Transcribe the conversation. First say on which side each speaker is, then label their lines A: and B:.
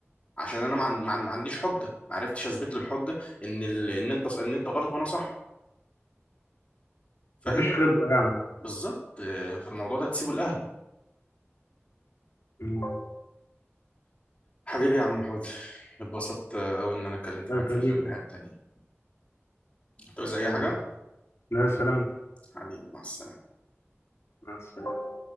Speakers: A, on the left; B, on the left.
A: عشان انا ما عن- ما عن- ما عنديش حجه ما عرفتش اثبت له الحجه ان ال... ان انت ان انت غلط وانا صح فاهم
B: مفيش خبرة
A: بالظبط آه، فالموضوع ده تسيبه لاهله
B: يعني
A: حبيبي يا عم حود اتبسطت قوي ان انا اتكلمت
B: الله
A: معاك
B: يخليكم
A: في الحته دي انت زي
B: آمين
A: حاجة
B: لا سلامتك
A: حبيبي مع السلامة
B: مع السلامة